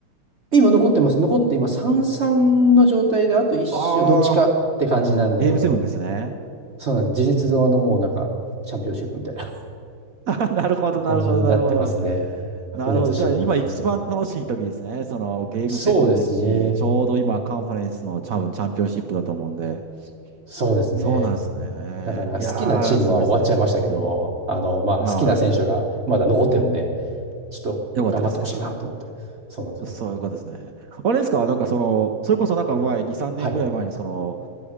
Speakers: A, on the right (about 40°); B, on the right (about 75°).
A: 今残ってます。残って今3-3の状態で、あと一周、
B: ああ、
A: どっちかって感じなんで、
B: ゲームセブンですね。
A: そうなんです。事実上のもうなんか、チャンピオンシップみたいな。
B: あーなるほど、
A: 感じになってますね。
B: なるほど、なるほど。
A: 白熱してるので。
B: なるほど。じゃあ今一番楽しい時ですね。そのゲームセブンですし、
A: そうですね。
B: ちょうど今カンファレンスの多分チャンピオンシップだと思うんで。
A: そうですね。
B: そうなんですね。
A: だから好きなチームは終わっちゃいましたけど、
B: いやー、すごいですね。うん。
A: あの、まあ好きな選手がまだ残ってるんで、
B: ああ、
A: ちょっと頑張ってほしいなと思って。
B: よかったですね、それは。
A: そうなんですよ。
B: そういうことですね。あれですかなんかその、それこそなんか前、2、3年ぐらい前にその、
A: はい。